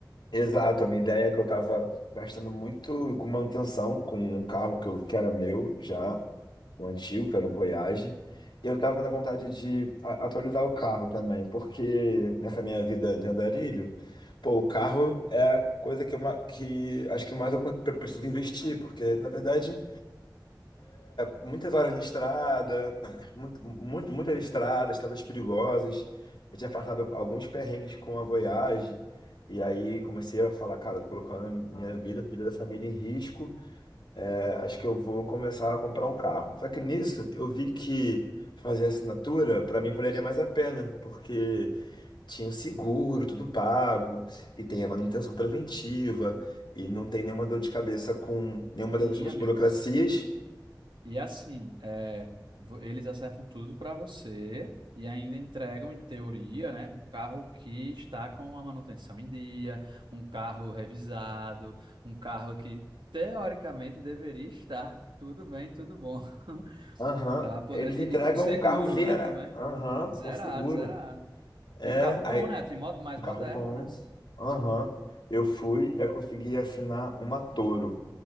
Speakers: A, on the left (about 75°); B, on the right (about 80°).
A: Exato, a minha ideia é que eu estava gastando muito com manutenção, com um carro que, eu, que era meu já, o antigo, que era um Voyage, e eu estava na vontade de a- atualizar o carro também, porque nessa minha vida de andarilho, pô, o carro é a coisa que, eu, ma- que acho que mais eu pre- preciso investir, porque na verdade Muitas horas na estrada, muito, muito, muitas estradas, estradas perigosas. Eu tinha passado alguns perrengues com a Voyage. E aí comecei a falar, cara, tô colocando minha vida, a vida da família em risco. É, acho que eu vou começar a comprar um carro. Só que nisso eu vi que fazer assinatura, para mim, valeria mais a pena, porque tinha o seguro, tudo pago, e tem a manutenção preventiva, e não tem nenhuma dor de cabeça com nenhuma
B: Sim,
A: dessas outras
B: amigo.
A: burocracias.
B: E assim, é, vo- eles acertam tudo para você e ainda entregam, em teoria, né, um carro que está com a manutenção em dia, um carro revisado, um carro que teoricamente deveria estar tudo bem, tudo bom, <laughs>
A: Aham.
B: para poder
A: Eles
B: e,
A: entregam
B: e com seguro,
A: um carro Vera.
B: né, também.
A: Aham,
B: Zerado,
A: com seguro.
B: zerado.
A: É,
B: E um carro bom,
A: aí,
B: né? Tem mo- mais
A: um carro
B: moderno,
A: bom.
B: né?
A: Aham. Eu fui e eu consegui assinar uma Toro